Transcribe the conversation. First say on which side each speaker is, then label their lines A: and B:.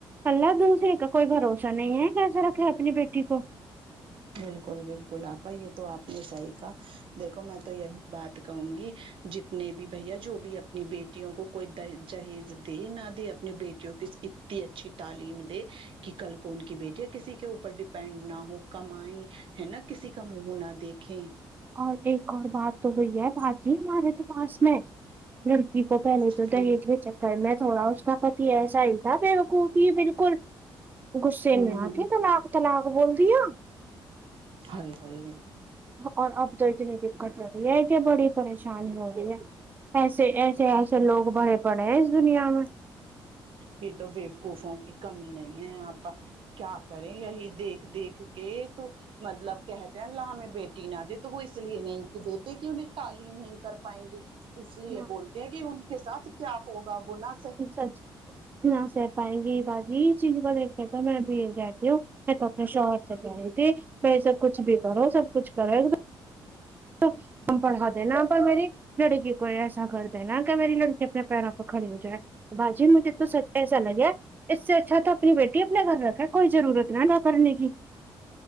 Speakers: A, on the right; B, on the right.
A: اللہ دوسرے کا کوئی بھروسہ نہیں ہے کیسا رکھے اپنی بیٹی کو
B: بالکل بالکل آپا یہ تو آپ نے صحیح کہا دیکھو میں تو یہی بات کہوں گی جتنے بھی بھیا جو بھی اپنی بیٹیوں کو کوئی جہیز دے نہ دے بیٹیوں کی اتنی اچھی تعلیم دے کہ کل کون کی بیٹییا ہے کسی کے اوپر ڈیپینڈ نہ ہو کماے ہے نا کسی کا منہ نہ دیکھے
A: اور ایک اور بات تو ہوئی ہے باجی ہمارے تو پاس میں لک کو پہلے تو
B: ہوں
A: دہیج کے چکر میں تھوڑا اس کا پتی ایسا ہی تھا بیوقوف کہ بالکل غصے
B: ہوں
A: میں
B: ہوں
A: آ کے طلاق طلاق بول دیا
B: ہاے ہاے
A: اور اب تو اتنی دقت ہو رہی ہے کہ بڑی پریشانی ہو رہی ہے ایسے ایسے ایسے لوگ بڑے پڑے ہیں اس دنیا میں
B: یہ تو بے خوفوں کی کمی نہیں ہے آپا کیا کریں یہی دیکھ دیکھ کے تو مطلب کہتے ہیں اللہ ہمیں بیٹی نہ دے تو وہ اس لیے نہیں دیتے کہ انہیں تعلیم نہیں کر پائیں گے اس لیے
A: ہاں
B: بولتے ہیں کہ ان کے ساتھ کیا ہوگا وہنا
A: سچ نا سہ پائیں گے باجی چیز کو د کہتا میں ابھی رہتی ہوں میں تو اپنے شوہر سے کہہ رہئی تھی وسا کچھ بھی کرو سب کچھ کرو ایک تو ہم پڑھا دین پر میری لڑکی کو ایسا کر دینا کہ میری لڑکی اپنے پیروں پے کھڑی ہو جائے باجی مجھے تو سچ ایسا لگیا اس سے اچھا تو اپنی بیٹی اپنے گھر رکھا کوئی ضرورت نہ وداکرنے کی